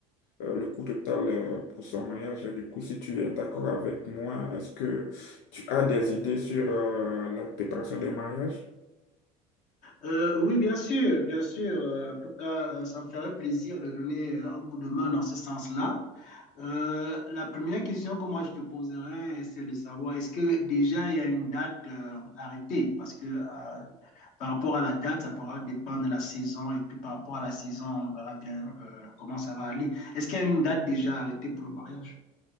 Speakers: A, on the left (about 80°); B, on the left (about 60°).
A: euh, le coût total euh, pour son mariage. Et Du coup, si tu es d'accord avec moi, est-ce que tu as des idées sur euh, la préparation de mariage?
B: Euh, oui, bien sûr, bien sûr. Euh, En tout cas, euh, ça me ferait plaisir de donner euh, un coup de main dans ce sens-là. Euh, la première question que moi je te poserais, c'est de savoir est-ce que déjà il y a une date euh, arrêtée? Parce que euh, par rapport à la date, ça pourra dépendre de la saison et puis par rapport à la saison, on verra bien euh, comment ça va aller. Est-ce qu'il y a une date déjà arrêtée pour le mariage?